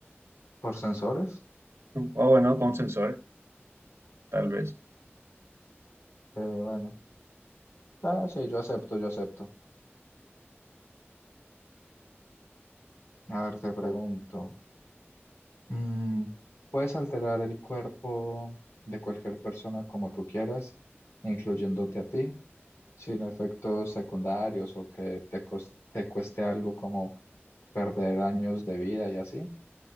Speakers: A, on the left; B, on the right.
A: por sensores.
B: O bueno, con sensores, tal vez.
A: Eh, bueno, ah, sí, yo acepto, yo acepto. A ver, te pregunto, mm, ¿puedes alterar el cuerpo de cualquier persona como tú quieras, incluyéndote a ti, sin efectos secundarios o que te, cos- te cueste algo como perder años de vida y así?